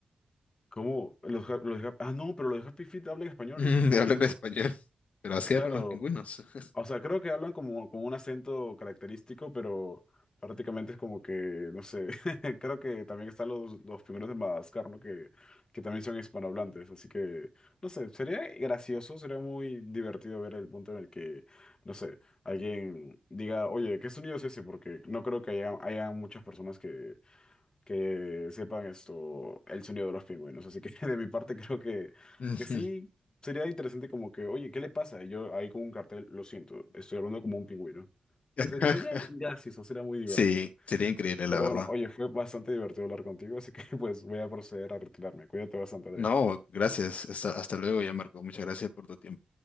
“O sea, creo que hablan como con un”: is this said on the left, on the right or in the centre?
Left